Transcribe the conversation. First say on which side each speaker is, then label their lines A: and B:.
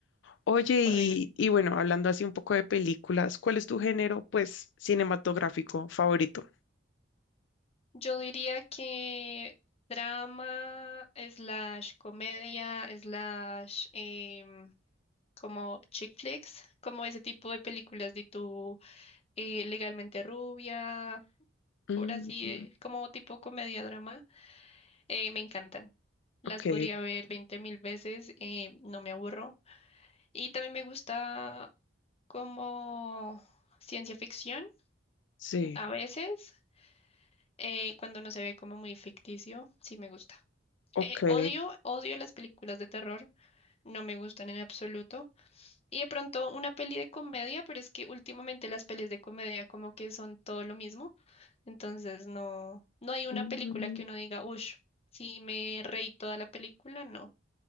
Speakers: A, on the left; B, on the left.
A: Oye,
B: Horrible.
A: y, y bueno, hablando así un poco de películas, ¿cuál es tu género, pues, cinematográfico favorito?
B: Yo diría que drama, slash comedia, slash... em, como chick flicks, como ese tipo de películas de tu eh, legalmente rubia,
A: Mm,
B: por así, eh, como tipo comedia drama, eh, me encantan. Las
A: ok,
B: podría ver 20 mil veces, eh, no me aburro. Y también me gusta como ciencia ficción,
A: sí,
B: a veces, eh, cuando no se ve como muy ficticio, sí me gusta.
A: ok,
B: Eh, odio, odio las películas de terror, no me gustan en absoluto. Y de pronto una peli de comedia, pero es que últimamente las pelis de comedia como que son todo lo mismo. Entonces no, no hay una
A: mm,
B: película que uno diga, uff, si me reí toda la película, no.